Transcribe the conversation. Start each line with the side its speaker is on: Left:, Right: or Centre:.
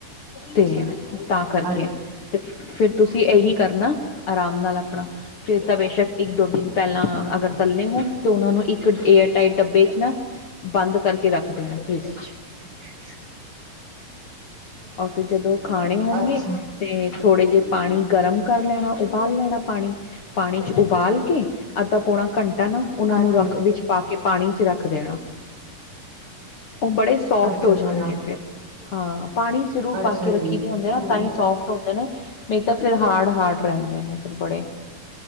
Right: ਅੱ
Left: ਤੇ, ਤਾਂ ਕਰਕੇ। ਤੇ ਫਿਰ ਤੁਸੀਂ ਇਹੀ ਕਰਨਾ, ਆਰਾਮ ਨਾਲ ਆਪਣਾ ਫਿਰ ਤਾਂ ਬੇਸ਼ੱਕ ਇੱਕ ਦੋ ਦਿਨ ਪਹਿਲਾਂ ਅਗਰ ਤੱਲੇ ਹੋਣ, ਤੇ ਉਹਨਾਂ ਨੂੰ ਇੱਕ ਏਅਰ ਟਾਈਟ ਡੱਬੇ 'ਚ ਨਾ ਬੰਦ ਕਰਕੇ ਰੱਖ ਦੇਣਾ ਫਰਿੱਜ 'ਚ।
Right: <inaudible>
Left: ਉਹ ਫੇ ਜਦੋਂ ਖਾਣੇ ਹੋਣਗੇ
Right: ਅੱਛਾ
Left: ਤੇ ਥੋੜ੍ਹੇ ਜੇ ਪਾਣੀ ਗਰਮ ਕਰ ਲੈਣਾਂ, ਉਬਾਲ ਲੈਣਾ ਪਾਣੀ। ਪਾਣੀ 'ਚ ਉਬਾਲ ਕੇ ਅੱਧਾ ਪੌਣਾ ਘੰਟਾ ਨਾ, ਉਹਨਾਂ
Right: ਹਾਂਜੀ
Left: ਨੂੰ ਰੱਖ ਵਿੱਚ ਪਾ ਕੇ ਪਾਣੀ 'ਚ ਰੱਖ ਦੇਣਾ, ਉਹ ਬੜੇ ਸੋਫਟ
Right: ਅੱਛਾ
Left: ਹੋ
Right: ਅੱਛਾ
Left: ਜਾਣਗੇ ਫੇਰ। ਹਾਂ, ਪਾਣੀ ਚ' ਜ਼ਰੂਰ
Right: ਅੱਛਾ
Left: ਪਾ ਕੇ ਰੱਖੀ
Right: ਜੀ
Left: ਦੇ ਹੁੰਦੇ, ਨਾ
Right: ਹਮ
Left: ਤਾਂ ਹੀ ਸੋਫਟ ਹੁੰਦੇ ਨੇ ਨਹੀਂ ਤਾਂ ਫਿਰ ਹਾਰਡ ਹ ਹਾਰਡ ਰਹਿੰਦੇ ਨੇ ਫਿਰ ਬੜੇ।